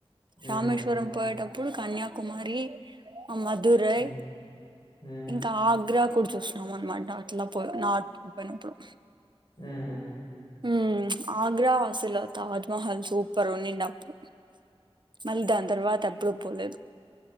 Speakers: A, on the left; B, on the right.
A: ఉహు
B: రామేశ్వరం పోయిటప్పు ఇప్పుడు కన్యాకుమారి మధురై
A: ఉమ్ ఉమ్
B: ఇంకా ఆగ్రా అప్పుడు చూసినాం అన్నమాట అట్లా పో నాటు పోయిన అప్పుడు
A: ఉహు
B: ఉ ఆగ్రా ఆసలు తాజ్ మహల్ సూపర్ ఉండే అప్పుడు మళ్లీ దాని తర్వాత ఎప్పుడు పోలేదు